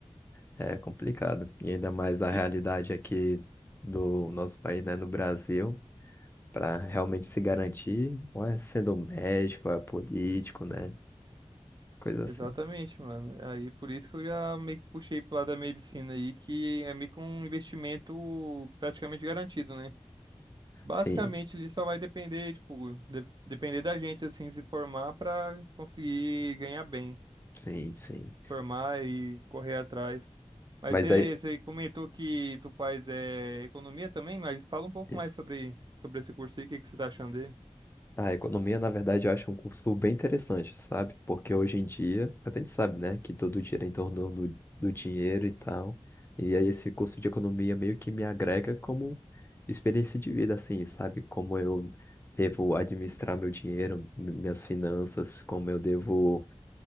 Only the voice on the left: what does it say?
É complicado. E ainda mais a
realidade aqui do nosso país, né, no Brasil, para realmente se garantir, ou é sendo um médico, ou é político, né? Coisa assim.
Sim,
sim, sim.
Mas
aí.
isso.
Ah, A economia, na verdade, eu acho um curso bem interessante, sabe? Porque hoje em dia, a gente sabe, né, que todo o é em torno do, do dinheiro e tal. E aí esse curso de economia meio que me agrega como experiência de vida, assim, sabe? Como eu devo administrar meu dinheiro, mi- minhas finanças, como eu devo